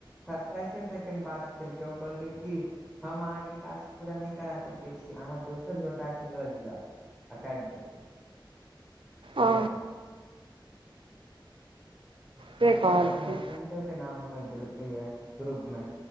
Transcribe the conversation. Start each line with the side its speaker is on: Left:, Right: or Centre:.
Centre: सत्ताइसे सेकेंड बात केलकै ओ कहलकै की हम अहाँके टास्क पूरा नहि करा सकैत छी अहाँ दोसर गोटाके लऽ लिअ आ काटि दैलकै
Right: ओ
Centre: हँ
Right: से
Centre: ओ
Right: कहलखिन
Centre: अपन हसबेंडो के नाम भरि देलकै य ग्रुप मे